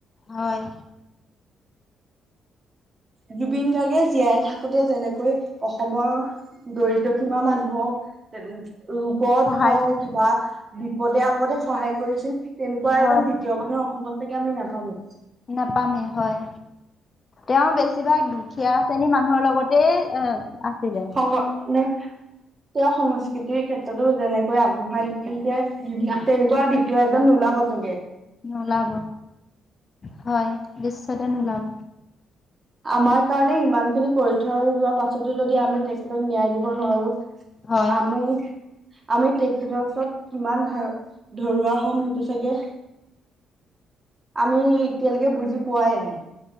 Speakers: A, on the left (about 35°); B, on the right (about 35°).
A: হয়।
B: জুবিন গাৰ্গে জীয়াই থাকোটে যেনেকে কৈ অসমৰ দৰিদ্ৰ সীমা মানুহক ৰোগত
A: সহায়
B: হওঁক,
A: কৰি
B: কিবা বিপদে-আপদে সহায় কৰিছিল। তেনেকুৱা
A: হয়
B: এজন দ্বিতীয় মানুহ অসমত চাগে আমি নাপামেই।
A: নাপামেই হয়। তেওঁ বেছি বেছিভাগ দুখীয়া শ্ৰেণীৰ মানুহৰ লগতে আছিলে।
B: সং মানে তেওঁ সংস্কৃতিৰ ক্ষেত্ৰতো যেনেকৈ আগবঢ়াই নিছিল যে তেনেকুৱা দ্বিতীয় এজন নোলাব চাগে!
A: নোলাব হয়, বিশ্বতে নোলাব।
B: আমাৰ কাৰণে ইমান খিনি কৰি থৈ যোৱা পাছতোঁ যদি আমি তেখেতক ন্যায় দিব নোৱাৰোঁ।
A: হয়।
B: আমি আমি তেখেতৰ ওচৰত কিমান ধা ধৰুৱা হ'ম সেইটো চাগে আমি এতিয়ালৈকে বুজি পোৱাই নাই।